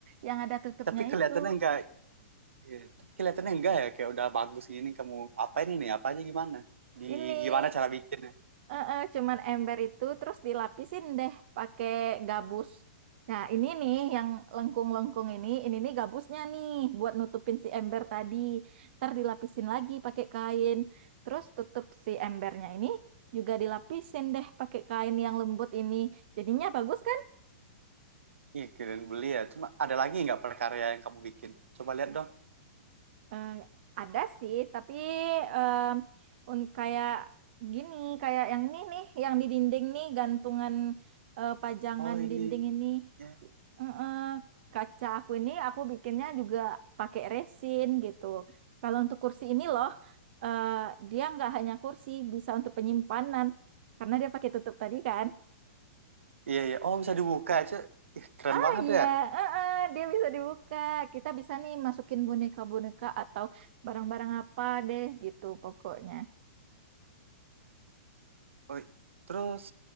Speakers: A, on the right; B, on the right.
A: yang ada tutupnya
B: tapi kelihatannya
A: itu.
B: enggak. Iya, tapi kelihatannya enggak ya, kayak udah bagus gini. Kamu apa ini nih? Apa aja gimana? Di
A: Ini.
B: gimana cara bikinnya?
A: Eh, eh, cuman ember itu terus dilapisin deh pakai gabus. Nah, ini nih yang lengkung-lengkung ini, ini nih gabusnya nih buat nutupin si ember tadi. Ntar dilapisin lagi pakai kain. Terus tutup si embernya ini juga dilapisin deh pakai kain yang lembut ini. Jadinya bagus kan?
B: Iya, kalian beli ya. Cuma ada lagi nggak perkarya yang kamu bikin? Coba lihat dong.
A: Eh, ada sih, tapi em, un- kayak gini, kayak yang ini nih, yang di dinding nih, gantungan eh, pajangan
B: Oh, ini.
A: dinding ini.
B: Iya,
A: Eh, eh, kaca aku ini aku bikinnya juga pakai resin gitu. Kalau untuk kursi ini loh, eh, dia nggak hanya kursi, bisa untuk penyimpanan. Karena dia pakai tutup tadi kan.
B: iya. iya. Oh, bisa dibuka aja. Ih, keren
A: Ah
B: banget
A: iya,
B: ya.
A: eh, eh, dia bisa dibuka. Kita bisa nih masukin boneka-boneka atau barang-barang apa deh gitu pokoknya.
B: Oh, terus